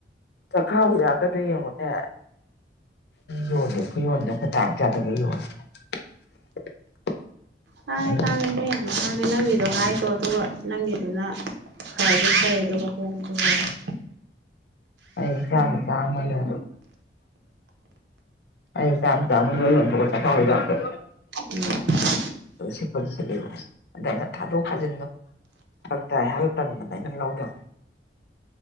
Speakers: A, on the left; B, on the right.
A: ꯆꯈꯥꯎ ꯍꯤꯗꯥꯛ ꯀꯥꯇꯨ ꯌꯦꯡꯉꯣꯅꯦ ꯌꯣꯂꯦ ꯑꯩꯈꯣꯏ ꯌꯣꯟꯅꯦ <unintelligible> ꯑꯩꯈꯣꯏ ꯇꯥꯡ ꯀꯌꯥꯗꯒ ꯌꯣꯜꯂꯦ <unintelligible> <inaudible>
B: ꯇꯥꯡꯉꯦ
A: ꯑꯩ
B: ꯇꯥꯡꯉꯦ ꯃꯣꯏ ꯌꯥꯝ ꯇꯥꯡꯉꯦ ꯅꯪꯒꯤꯗꯣ ꯍꯥꯏꯒꫭ ꯑꯗꯨꯒ ꯅꯪꯒꯤꯗꯨꯅ ꯐꯖꯨ ꯐꯩꯏ ꯑꯗꯨ ꯍꫭꯡꯖꯨ ꯍꫭꯡꯉꯤ
A: ꯑꯩ ꯆꯥꯝꯃꯥ ꯆꯥꯝꯃꯥꯗꯥ ꯑꯩ ꯆꯥꯝꯃꯥ ꯆꯥꯝꯃꯥ ꯂꫭꯏ ꯌꫭꯟꯊꫭꯛꯑꯦ ꯆꯥꯈꯥꯎ ꯍꯤꯗꯥꯛꯇꫭ
B: ꯎꯝ
A: ꯁꯤꯠꯄꯗꯤ ꯁꯤꯠꯂ‌ꯦꯕ ꯑꯗꯥ ꯑꯩꯅꯥ ꯊꯥꯗꯣꯛ ꯈꯥꯖꯤꯟꯗꯣ ꯐꯔꯛ ꯇꯥꯏ ꯍꯥꯏꯕꯗꯨꯗꯥ ꯇꯟꯗꯅ ꯑꯩꯅ ꯂꯧꯗꯕꯅꯦ